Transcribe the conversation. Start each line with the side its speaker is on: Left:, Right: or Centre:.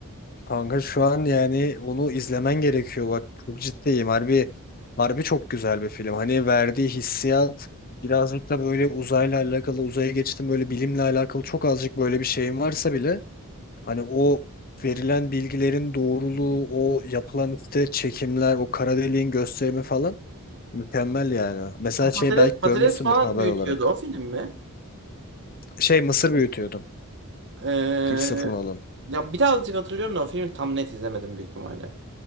Left: Kanka şu an yani onu izlemen gerekiyor. Bak çok ciddiyim. Harbi, harbi çok güzel bir film. Hani verdiği hissiyat birazcık da böyle uzayla alakalı, uzaya geçtim böyle bilimle alakalı çok azıcık böyle bir şeyin varsa bile hani o verilen bilgilerin doğruluğu, o yapılan işte çekimler, o kara deliğin gösterimi falan mükemmel yani. Mesela
Right: Ama
Left: şey
Right: Patates,
Left: belki
Right: patates
Left: görmüşsündür
Right: falan
Left: haber
Right: büyütüyordu.
Left: olarak.
Right: O film mi?
Left: Şey mısır büyütüyordum.
Right: Ee,
Left: Christopher Nolan.
Right: ya birazcık hatırlıyorum da o filmi tam net izlemedim büyük ihtimalle.